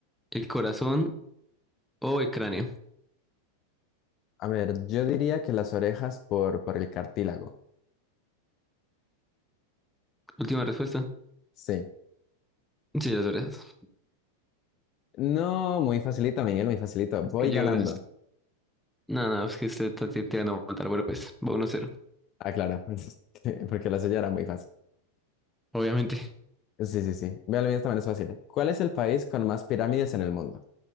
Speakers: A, in the centre; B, on the left.
A: el corazón o el cráneo?
B: a ver, yo diría que las orejas por, por el cartílago.
A: Última respuesta.
B: Sí.
A: Sí, las orejas.
B: No, muy facilito, Miguel, muy facilito. Voy
A: Es que yo
B: ganando.
A: es... No, no, es que usted está ti- tirando a matar. Bueno, pues va uno cero,
B: Ah, claro, <laughs> porque la suya era muy fácil.
A: Obviamente.
B: Sí, sí, sí. Vea, la mía también es fácil. ¿eh? ¿Cuál es el país con más pirámides en el mundo?